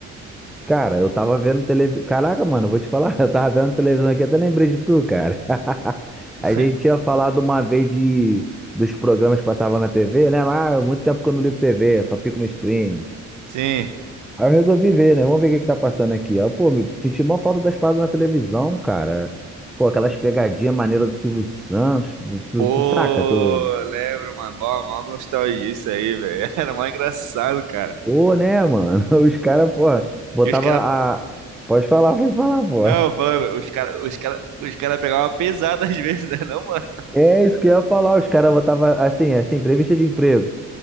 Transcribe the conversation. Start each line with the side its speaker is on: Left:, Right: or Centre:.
Centre: Cara, eu tava vendo televisão. Caraca, mano, eu vou te falar, <laughs> eu tava vendo televisão aqui, até lembrei de tu, cara. <laughs> A
Right: <laughs>
Centre: gente tinha falado uma vez de dos programas que passavam na TV, né? Ah, muito tempo que eu não ligo TV, só fico no streaming.
Right: Sim.
Centre: Aí eu resolvi ver, né? Vamos ver o que que tá passando aqui. Aí, eu, pô, me senti mó falta das paradas na televisão, cara. Pô, aquelas pegadinhas maneiras do Silvio Santos. Tu, tu-
Right: Pô,
Centre: tu saca? Tu...
Right: lembro, mano. Mó, mó nostalgia isso aí, velho. <laughs> Era mó engraçado, cara.
Centre: Pô, né, mano? <laughs> Os caras, porra, botava
Right: E os caras.
Centre: a. Pode falar, pode falar, pô.
Right: Não, falando, os caras os cara, os cara pegavam pesado às vezes, né? Não, mano?
Centre: É isso que eu ia falar. Os caras botavam assim, assim, entrevista de emprego.